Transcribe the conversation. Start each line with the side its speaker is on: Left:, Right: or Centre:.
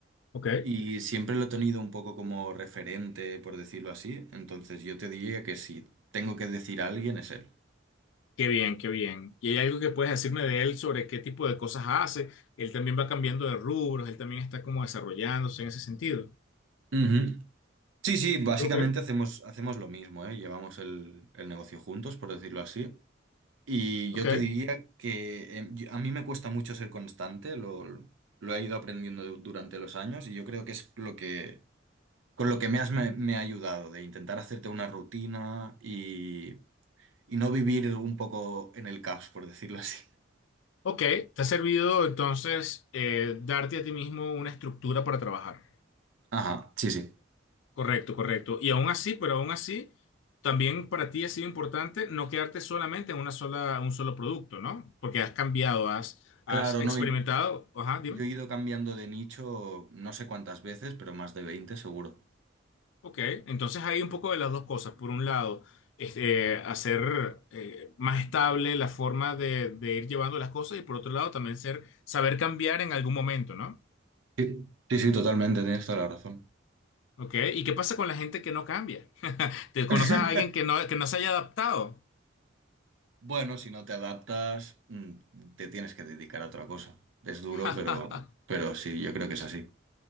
Left: ok.
Right: y siempre lo he tenido un poco como referente, por decirlo así. Entonces yo te diría que si tengo que decir a alguien es él.
Left: Qué bien, qué bien. ¿Y hay algo que puedes decirme de él sobre qué tipo de cosas hace? Él también va cambiando de rubros, él también está como desarrollándose en ese sentido.
Right: Ujú. Sí, sí, básicamente
Left: Ok,
Right: hacemos, hacemos lo mismo, ¿eh? Llevamos el, el negocio juntos, por decirlo así. Y
Left: ok,
Right: yo te diría que em, yo- a mí me cuesta mucho ser constante, lo, lo he ido aprendiendo du- durante los años y yo creo que es lo que con lo que me has me, me ha ayudado, de intentar hacerte una rutina y, y no vivir un poco en el caos, por decirlo así.
Left: ok. Te ha servido entonces eh, darte a ti mismo una estructura para trabajar.
Right: Ajá, sí, sí.
Left: Correcto, correcto. Y aún así, pero aún así, también para ti ha sido importante no quedarte solamente en una sola, un solo producto, ¿no? Porque has cambiado, has, has
Right: Claro,
Left: experimentado.
Right: no, y-
Left: Ajá, dime.
Right: yo he ido cambiando de nicho no sé cuántas veces, pero más de 20 seguro.
Left: Ok, entonces hay un poco de las dos cosas. Por un lado, este, hacer eh, más estable la forma de, de ir llevando las cosas y por otro lado también ser, saber cambiar en algún momento, ¿no?
Right: Sí, sí, sí, totalmente, tienes toda la razón.
Left: Ok, ¿y qué pasa con la gente que no cambia? <laughs> ¿Te conoces
Right: <laughs>
Left: a alguien que no, que no se haya adaptado?
Right: Bueno, si no te adaptas, mm, te tienes que dedicar a otra cosa. Es duro,
Left: <laughs>
Right: pero, pero sí, yo creo que es así.